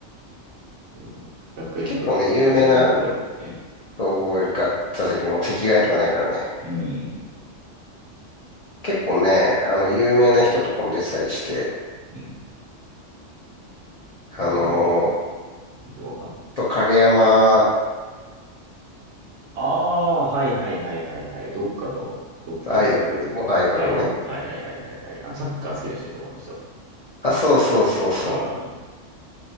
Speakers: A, on the right (about 70°); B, on the left (about 65°).
A: もう学園ドラマは座席も覚えるね。
B: で結構ね、有名なと覚えるか座席も席替えとかないからね。
A: うん。
B: 結構ね、あの、有名な人とかも出てたりして、
A: うん
B: あの
A: これ有名なの全然わかんない。
B: ー、と、影山
A: ああ、はいはいはいはいはい。どっかの、どっかのアイドル。
B: アイドル、元アイドルのね。
A: はいはいはいはいはい。あの、サッカー好きな人でしょ、この人。
B: あ、そうそうそうそう。
A: あー
B: と